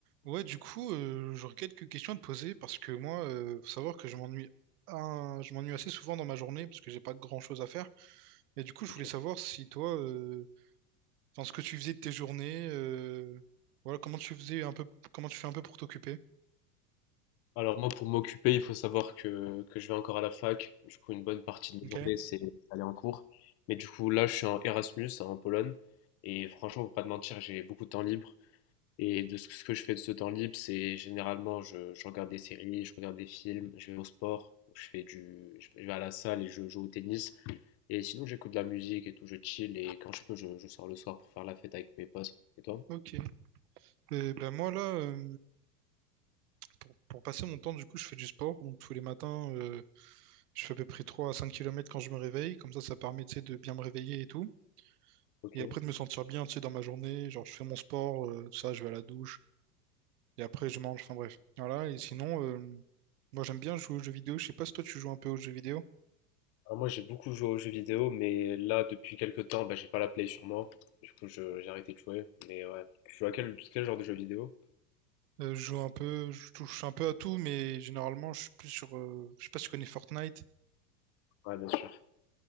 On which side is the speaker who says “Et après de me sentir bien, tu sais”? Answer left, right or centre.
Right